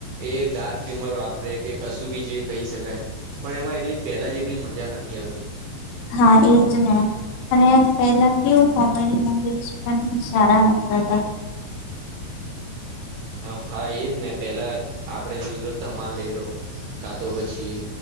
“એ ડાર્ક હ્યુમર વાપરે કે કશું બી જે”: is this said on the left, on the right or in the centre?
Right